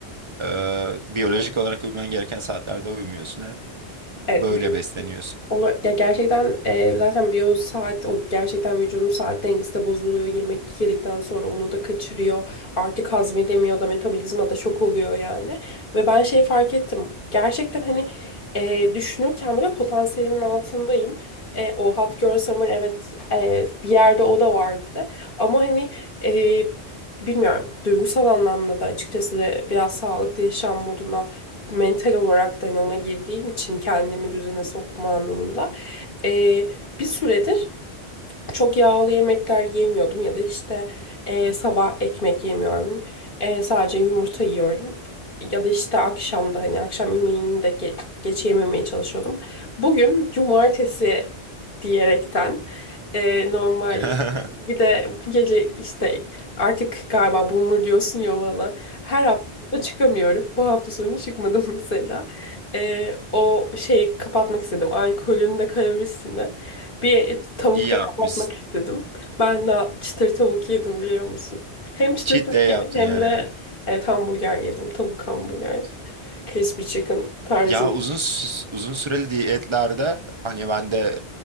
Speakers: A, on the right; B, on the left.
A: Ee, biyolojik olarak uyuman gereken saatlerde uyumuyorsun hem
B: evet
A: böyle besleniyorsun.
B: Olur. Ya gerçekten e, zaten biyo saat o gerçekten vücudun saat dengesi de bozuluyor. Yemek yedikten sonra onu da kaçırıyor. Artık hazmedemiyor da metabolizma da şok oluyor yani. Ve ben şeyi fark ettim. Gerçekten hani e, düşünürken bile potansiyelimin altındayım. E, o Hot Girl Summer evet e, bir yerde o da vardı. Ama hani e, bilmiyorum duygusal anlamda da açıkçası de biraz sağlıklı yaşam moduna mental olarak da hani ona girdiğim için kendimi düzene sokma anlamında e, bir süredir çok yağlı yemekler yemiyordum ya da işte e, sabah ekmek yemiyorum. E, sadece yumurta yiyorum. Ya da işte akşamda hani akşam yemeğini de ge- geç yememeye çalışıyordum. Bugün cumartesi diyerekten e, normal
A: <laughs>
B: bir de bu gece işte artık galiba boomer diyorsun ya bana. Her hafta da çıkamıyorum. Bu hafta sonu çıkmadım <laughs> mesela. E, o şeyi kapatmak istedim. Alkolün de kalorisini. Bir tavukta
A: İyi yapmışsın.
B: kapatmak istedim. Ben de çıtır tavuk yedim biliyor musun? Hem çıtır
A: Cheat
B: tavuk
A: day yaptın
B: yedim hem
A: yani.
B: de evet, hamburger yedim. Tavuk hamburger. Crispy chicken tarzında.
A: Ya uzun sü- uzun süreli diyetlerde hani ben de